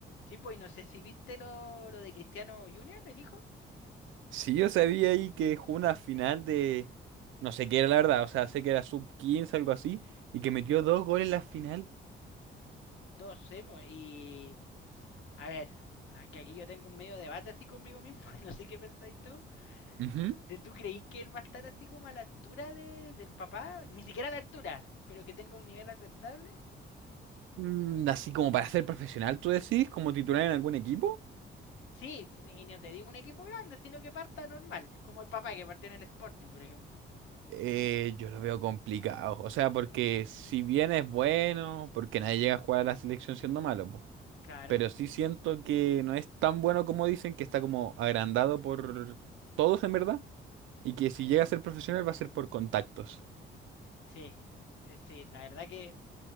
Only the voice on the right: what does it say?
Sí, yo sabía ahí que jugó una final de... No sé qué era la verdad, o sea, sé que era sub 15 algo así, y que metió dos goles en la final.
Ujú.
Mm, así como para ser profesional, tú decís, como titular en algún equipo.
Eh, yo lo veo complicado, o sea, porque si bien es bueno, porque nadie llega a jugar a la selección siendo malo, po,
pero sí siento que no es tan bueno como dicen, que está como agrandado por todos en verdad, y que
si llega a ser profesional va a ser por contactos.